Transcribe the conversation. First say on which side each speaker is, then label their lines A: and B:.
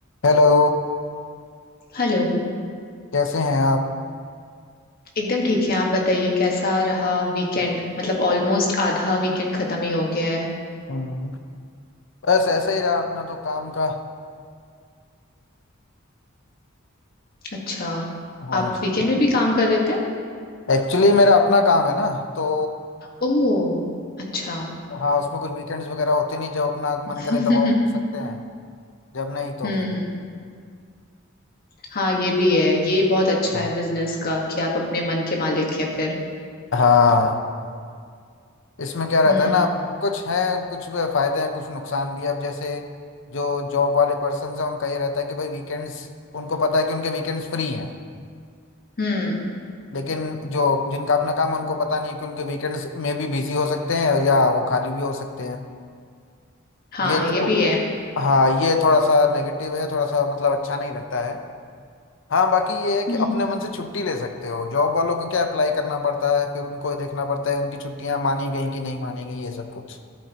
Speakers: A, on the left; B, on the left.
A: Hello
B: Hello
A: कैसे हैं आप
B: एकदम ठीक है आप बताइए कैसा रहा वीकेंड मतलब ऑलमोस्ट आधा वीकेंड खत्म ही हो गया है
A: हम्म, बस ऐसे ही रहा अपना तो काम का
B: अच्छा
A: हाँ
B: आप
A: जी
B: वीकेंड में भी काम कर रहे थे
A: एक्चुअली मेरा अपना काम है ना तो
B: ओह अच्छा
A: हाँ उसमें कुछ वीकेंड्स वगैरह होते नहीं जब अपना
B: <laughs>
A: मन करे तब ऑफ कर सकते हैं जब नहीं तो
B: हम्म
A: फिर नहीं
B: हाँ ये भी है ये बहुत अच्छा
A: हाँ
B: है बिजनेस का कि आप अपने मन के मालिक हैं फिर
A: हाँ इसमें क्या रहता
B: हम्म
A: है ना कुछ है कुछ फायदे हैं कुछ नुकसान भी है अब जैसे जो जॉब वाले पर्सन हैं उनका ये रहता है कि भाई वीकेंड्स उनको पता है कि उनके वीकेंड्स फ्री हैं
B: हम्म
A: लेकिन जो जिनका अपना काम है उनको पता नहीं है कि उनके वीकेंड्स में भी बिजी हो सकते हैं या वो खाली भी हो सकते हैं
B: हाँ
A: ये
B: ये
A: तो
B: भी है
A: हाँ ये थोड़ा सा नेगेटिव है थोड़ा सा मतलब अच्छा नहीं लगता है हाँ बाकी ये है कि
B: हम्म।
A: अपने मन से छुट्टी ले सकते हो जॉब वालों को क्या अप्लाई करना पड़ता है फिर उनको ये देखना पड़ता है उनकी छुट्टियां मानी गई कि नहीं मानी गई ये सब कुछ